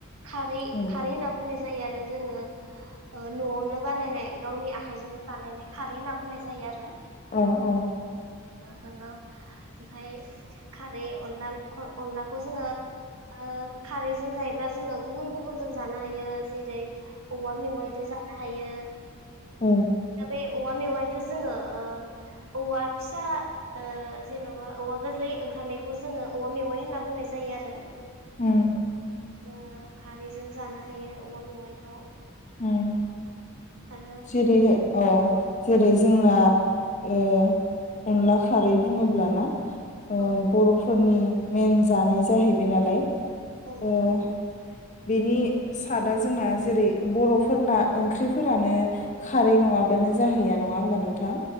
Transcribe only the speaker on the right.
खारै
खारै होनना बुंनाय जायो आ रो जोङो ओ नआवनो बानायनाय गावनि आखाइजोंनो बानायनाय खारै होनना बुंनाय जायो आरो।
ओ जोङो ओमफाय खारै अनला ख अनलाखौ जोङो ओ खारैजों जायोब्ला जोङो गुबुन गुबुन जो जानो हायो जेरै औवा मेवायजों जानो हायो‌
बे औवा मेंनायखौ जोङो ओ औवा फिसा ओ जेनबा औवा गोरलै ओंखारनाय खौ जोङो औवा मेवाइ होनना बुंनाय जायो आरो।
जोङो खारैजों जानो हायो औवा मेवाइखौ
आरो
ओ औ
औ नोंथां।